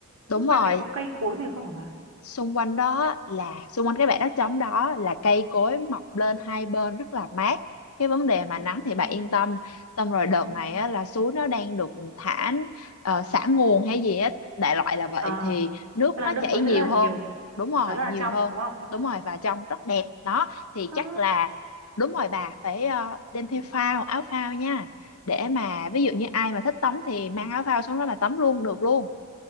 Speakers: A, on the left; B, on the right.
A: Đúng
B: xung
A: rồi,
B: quanh đấy có cây cối gì không hả bà
A: xung quanh đó là xung quanh cái bãi đất trống đó là cây cối mọc lên hai bên rất là mát cái vấn đề mà
B: ừ,
A: nắng thì bạn yên tâm xong rồi đợt
B: ừ.
A: này á, là suối nó đang được thả uh, xả nguồn hay gì á đại loại là vậy
B: À,
A: thì nước
B: tức là
A: nó
B: nước
A: chảy
B: suối
A: nhiều
B: sẽ rất là
A: hơn
B: nhiều
A: đúng rồi
B: và rất là
A: nhiều
B: trong
A: hơn
B: đúng không
A: đúng rồi và trông rất đẹp đó thì
B: à,
A: chắc là đúng rồi bà phải ờ, đem
B: ừ.
A: theo phao áo phao nha để mà ví dụ như ai mà thích tắm thì mang áo phao xuống đó mà tắm luôn được luôn